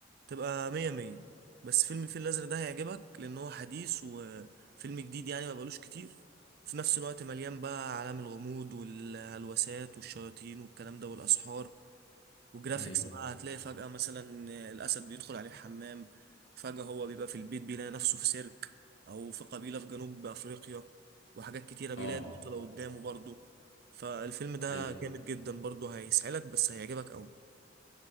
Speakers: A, on the right; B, on the left.
A: تبقى مية مية بس فيلم الفيل الازرق ده هيعجبك لان هو حديث وفيلم جديد يعني ما بقالوش كتير في نفس الوقت مليان بقى عالم الغموض والهلوسات والشياطين والكلام ده والاسحار وجرافيكس
B: ايوه
A: بقى هتلاقي فجأة مثلا الأسد بيدخل عليه الحمام فجأة هو بيبقى في البيت بيلاقي نفسه في سيرك أو في قبيلة في جنوب أفريقيا وحاجات كتيرة بيلاقي
B: اه
A: البطلة قدامه برضه فالفيلم ده
B: ايوه
A: جامد جدا برضه هيسعلك بس هيعجبك أوي